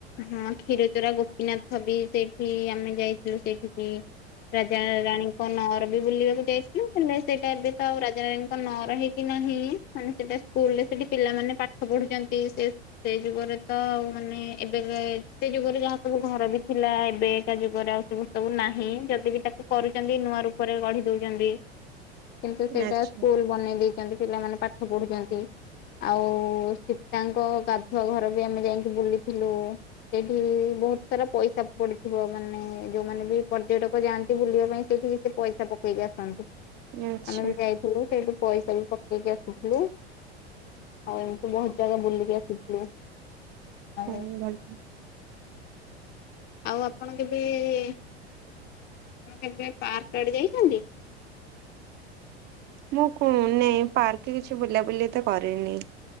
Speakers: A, on the left; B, on the right.
A: ହଁ କ୍ଷୀରଚୋରା ଗୋପୀନାଥ ବି ସେଇଠି ଆମେ ଯାଇଥିଲୁ ସେଇଠିକି। ରାଜା ରାଣୀ ନଅର ବି ବୁଲିବାକୁ ଯାଇଥିଲୁ ହେଲେ ସେଇଟା ଏବେ ତ ଆଉ ରାଜାରାଣୀଙ୍କ ନଅର ହେଇକି ନାହିଁ। ମାନେ ସେଟା ସ୍କୁଲରେ ସେଠି ପିଲାମାନେ ପାଠ ପଢୁଚନ୍ତି ସେ ସେ ଯୁଗରେ ତ ଆଉ ମାନେ ଏବେ ସେ ଯୁଗରେ ଯାହା ସବୁ ଘର ବି ଥିଲା ଏବେ ଏକା ଯୁଗରେ ଆଉ ସୁ ସବୁ ନାହିଁ ଯଦି ବି ତାକୁ କରୁଚନ୍ତି ନୂଆ ରୂପରେ ଗଢି ଦଉଚନ୍ତି। କିନ୍ତୁ ସେଇଟା
B: ଆଚ୍ଛା।
A: ସ୍କୁଲ ବନେଇ ଦେଇଚ ସେମିତି ପିଲାମାନେ ପାଠ ପଢୁଚନ୍ତି ଆଉ ତାଙ୍କ ଗାଧୁଆ ଘର ବି ଆମେ ଯାଇକି ବୁଲିଥିଲୁ। ସେଇଠି ବହୁତ ସାରା ପଇସା ପଡିଥିବ ମାନେ ଯୋଉମାନେ ବି ପର୍ଯ୍ୟଟକ ଯାଆନ୍ତି ବୁଲିବା ପାଇଁ ସେଇଠି ସେ ପଇସା ପକେଇକି ଆସନ୍ତି।
B: ଆଚ୍ଛା
A: ଆମେ ବି ଯାଇଥିଲୁ ସେଇଠି ପଇସା ବି ପକେଇ ଇକି ଆସିଥିଲୁ ଆଉ ଏମିତି ବହୁତ ଜାଗା ବୁଲିକି ଆସିଥିଲୁ। ଆଉ
B: ହୁଁ ଭଲ।
A: ଆଉ ଆପଣ କେବେ ଆପଣ କେବେ ପାର୍କ ଆଡେ ଯାଇଚନ୍ତି?
B: ମୁଁ କୁ ନେଇ ପାର୍କରେ କିଛି ବୁଲାବୁଲି ତ କରିନି।